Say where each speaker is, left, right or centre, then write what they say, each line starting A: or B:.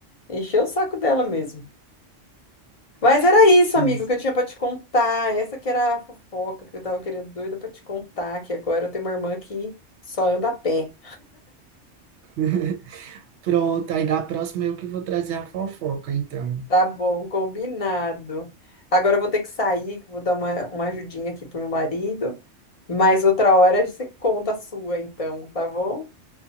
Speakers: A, on the left; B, on the right.
A: encher o saco dela mesmo. Mas era isso,
B: sim.
A: amigo, que eu tinha pra te contar. Essa que era a fofoca que eu tava querendo doida pra te contar, que agora eu tenho uma irmã que só anda a pé.
B: <laughs> Pronto, aí da próxima eu que vou trazer a fofoca, então.
A: Tá bom, combinado. Agora eu vou ter que sair, que eu vou dar uma, uma ajudinha aqui pro meu marido. Mas outra hora você conta a sua, então, tá bom?